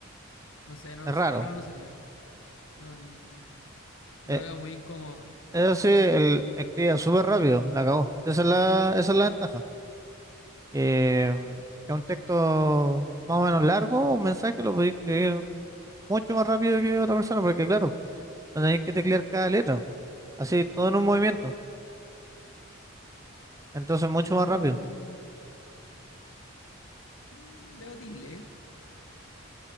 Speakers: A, on the left (about 70°); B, on the right (about 15°).
A: No sé, no
B: Es
A: lo usaría,
B: raro.
A: yo no lo usaría. No, no, lo
B: Eh,
A: veo muy incómodo.
B: eso sí, él escribía súper rápido, la acabó. Esa es la, esa es la ventaja. Eh, es un texto más o menos largo, un mensaje lo podéis escribir mucho más rápido que otra persona, porque claro, no tenéis que teclear cada letra, así todo en un movimiento, entonces mucho más rápido.
A: Mm. Mm, Debatible, ¿eh?